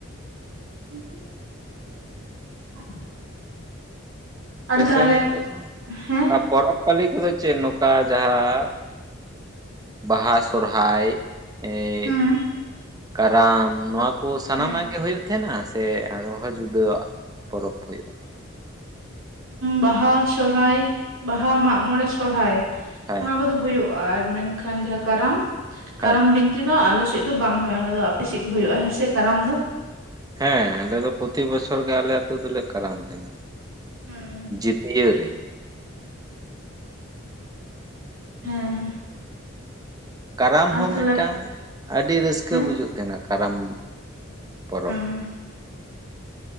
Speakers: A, on the right; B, on the right.
A: <unintelligible>
B: ᱟᱯᱮᱥᱮᱱ
A: ᱟᱨ ᱛᱟᱦᱚᱞᱮ
B: ᱫᱚ
A: ᱦᱮᱸ
B: ᱟᱯ ᱯᱚᱨᱚᱵᱽ ᱯᱟᱹᱞᱤ ᱠᱚᱫᱚ ᱪᱮᱫ ᱱᱚᱠᱟ ᱡᱟᱦᱟᱸ ᱵᱟᱦᱟ ᱥᱚᱨᱦᱟᱭ ᱮᱸ
A: ᱦᱩᱸ
B: ᱠᱟᱨᱟᱢ ᱱᱚᱣᱟ ᱠᱚ ᱥᱟᱱᱟᱢᱟᱜ
A: ᱦᱮᱸ
B: ᱜᱮ ᱦᱩᱭᱩᱜ ᱛᱟᱦᱮᱱᱟ ᱥᱮ ᱥᱮ ᱟᱨᱦᱚᱸ ᱡᱩᱫᱟᱹᱣᱟᱜ ᱯᱚᱨᱚᱵ ᱦᱩᱭᱩᱜᱼᱟ?
A: ᱵᱟᱦᱟ ᱥᱚᱨᱦᱟᱭ ᱵᱟᱦᱟ, ᱢᱟᱜ-ᱢᱚᱬᱮ ᱥᱚᱨᱦᱟᱭ
B: ᱦᱮᱸ
A: ᱚᱱᱟ ᱠᱚᱫᱚ ᱦᱩᱭᱩᱜᱼᱟ ᱟᱨ ᱢᱮᱱᱠᱷᱟᱱ ᱡᱟᱦᱟᱸ ᱠᱟᱨᱟᱢ ᱠᱟᱨᱟᱢ
B: ᱦᱮᱸ
A: ᱵᱤᱱᱛᱤ ᱫᱚ ᱟᱞᱮ ᱮᱜ ᱫᱚ ᱵᱟᱝ ᱦᱩᱭᱩᱜᱼᱟ ᱚᱱᱟ ᱫᱚ ᱟᱯᱮᱥᱮᱫ ᱜᱮ ᱦᱩᱭᱩᱜᱼᱟ ᱦᱮᱸᱥᱮ ᱠᱟᱨᱟᱢ ᱫᱚ
B: ᱦᱮᱸ ᱟᱞᱮ ᱫᱚ ᱯᱨᱚᱛᱤ ᱵᱚᱪᱷᱚᱨ ᱜᱮ ᱟᱞᱮ ᱟᱛᱩ ᱫᱚᱞᱮ ᱠᱟᱨᱟᱢ ᱛᱟᱦᱮᱸᱱᱟ ᱾
A: ᱦᱩᱸ
B: ᱡᱤᱛᱭᱟᱹ ᱨᱮ᱾
A: ᱦᱮᱸ ᱦᱮᱸ᱾
B: ᱠᱟᱨᱟᱢ
A: ᱟᱨ
B: ᱦᱚᱸ
A: ᱛᱟᱦᱞᱮ
B: ᱢᱤᱫᱴᱟᱝ ᱟᱹᱰᱤ ᱨᱟᱹᱥᱠᱟᱹ
A: ᱦᱮᱸ
B: ᱵᱩᱡᱩᱜ ᱛᱮᱱᱟ ᱠᱟᱨᱟᱢ ᱯᱚᱨᱚᱵ
A: ᱩᱸ